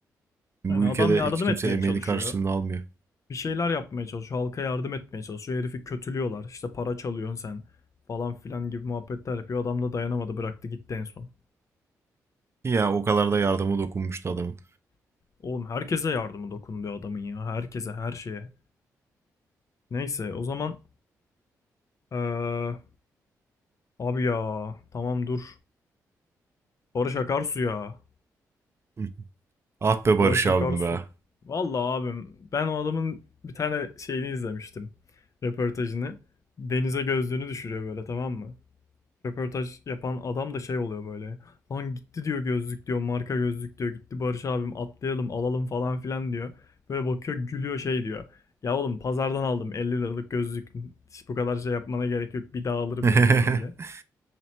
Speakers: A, on the right; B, on the left.
A: Bu
B: Yani adam
A: ülkede
B: yardım
A: hiç kimse
B: etmeye
A: emeğini
B: çalışıyor.
A: karşılığını almıyor.
B: bir şeyler yapmaya çalışıyor. Halka yardım etmeye çalışıyor. Herifi kötülüyorlar. İşte para çalıyorsun sen falan filan gibi muhabbetler yapıyor. Adam da dayanamadı bıraktı gitti en son.
A: Ki Ya o kadar da yardıma dokunmuştu adamın.
B: Oğlum herkese yardımı dokunuyor adamın ya. Herkese her şeye. Neyse o zaman eee, abi ya tamam dur. Barış Akarsu ya.
A: <laughs> Ah be Barış
B: Barış Akarsu.
A: abim be.
B: Vallahi abim ben o adamın bir tane şeyini izlemiştim. Röportajını. Denize gözlüğünü düşürüyor böyle tamam mı? röportaj yapan adam da şey oluyor böyle. Lan gitti diyor gözlük diyor marka gözlük diyor gitti Barış abim atlayalım alalım falan filan diyor. Böyle bakıyor gülüyor şey diyor. Ya oğlum pazardan aldım 50 liralık gözlük hiç bu kadar şey yapmana gerek yok bir daha alırım
A: <laughs>
B: yapıyor böyle.